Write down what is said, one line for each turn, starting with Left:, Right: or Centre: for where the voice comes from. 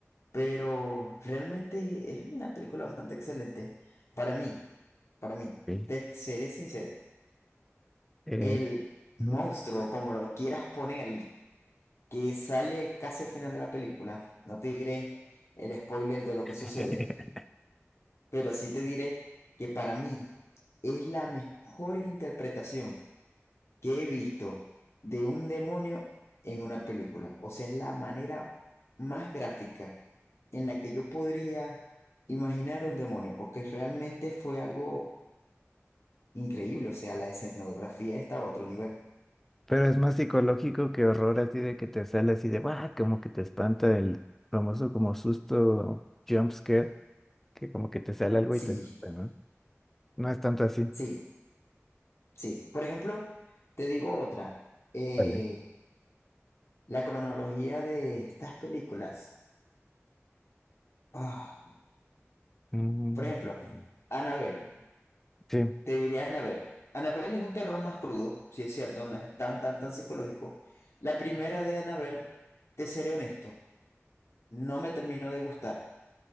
Left: Pero realmente es una película bastante excelente. Para mí, para mí,
Centre: Ok.
Left: te seré sincero,
Centre: Eh,
Left: el monstruo,
Centre: ujú.
Left: como lo quieras poner, que sale casi al final de la película, no te diré el spoiler de lo
Centre: <laughs>
Left: que sucede, pero sí te diré que para mí es la mejor interpretación. que he visto de un demonio en una película. O sea, es la manera más gráfica en la que yo podría imaginar un demonio, porque realmente fue algo increíble. O sea, la escenografía estaba a otro nivel.
Centre: Pero es más psicológico que horror, así de que te sale así de, ¡guau! Como que te espanta el famoso como susto jump scare, que como que te sale algo
Left: Sí,
Centre: y te asusta, ¿no? No es tanto así.
Left: sí, sí. Por ejemplo, te digo otra. eh,
Centre: Vale.
Left: la cronología de estas películas. Ah,
Centre: Mm,
Left: por ejemplo, Annabelle.
Centre: sí,
Left: Te diría Annabelle. Annabelle es un terror más crudo, si es cierto, no es tan, tan, tan psicológico. La primera de Annabelle, te seré honesto, no me terminó de gustar,